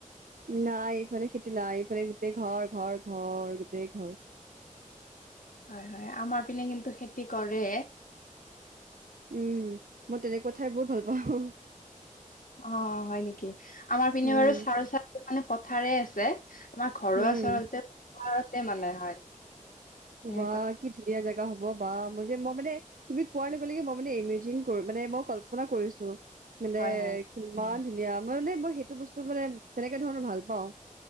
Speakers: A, on the right; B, on the left.
A: নাই এইফালে খেতি নাই, এইফালে গোটেই ঘৰ ঘৰ ঘৰ গোটেই ঘৰ।
B: হয় হয় আমাৰ পিনে কিন্তু খেতি কৰে
A: উম মই তেনেকুৱা ঠাই বহুত ভাল পাওঁ
B: অ হয় নেকি আমাৰ পিনে
A: উম,
B: বাৰু চাৰ চাৰ মানে পথাৰে আছে আমাৰ ঘৰৰ
A: উম,
B: ওচৰতে পাহাৰতে মানে হয় তেনেকুৱা
A: বা কি ধুনীয়া জেগা হ'ব বা মই যে মই মানে তুমি কোৱাৰ লগে লগে মই মানে ইমেজিন কৰো মানে মই কল্পনা কৰিছো মানে
B: হয় হয়
A: ইমান ধুনীয়া মই মানে মই সেইটো বস্তু মানে তেনেকে ধৰণৰ ভাল পাওঁ।